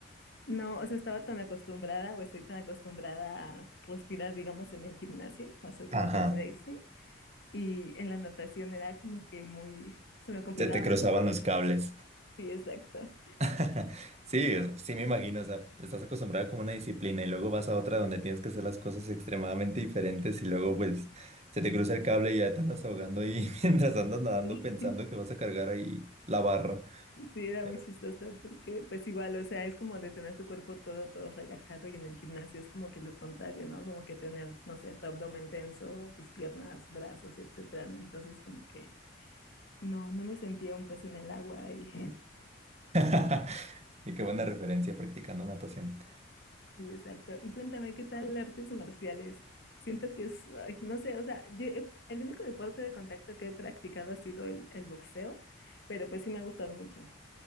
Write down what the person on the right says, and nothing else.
Ajá.
Se te cruzaban
los
cables.
<laughs> Sí, sí me imagino, o sea, estás acostumbrado como a una disciplina y luego vas a otra donde tienes que hacer las cosas extremadamente diferentes y luego pues se te cruza el cable y ya te andas ahogando y <laughs> mientras andas nadando
pensando que vas a cargar ahí la barra.
Pero...
<laughs> Y qué buena referencia practicando natación.